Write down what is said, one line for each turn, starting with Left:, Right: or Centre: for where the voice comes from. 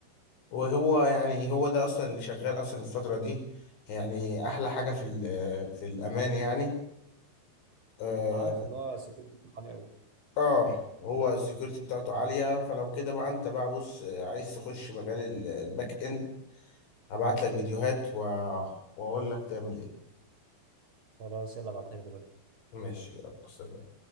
Left: وهو يعني هو ده أصلا اللي شغال أصلا الفترة دي يعني أحلى حاجة في ال- في الأمان يعني آه
Right: انا عارف ان هو سكيورتي بتاعه عالي قوي
Left: آه، هو السكيورتي بتاعته عالية فلو كده بقى أنت بقى بص آه، عايز تخش مجال ال- الباك إند ابعت لك فيديوهات و... واقول لك تعمل ايه
Right: خلاص يلا ابعتها لي دلوقتي
Left: ماشي يلا سلام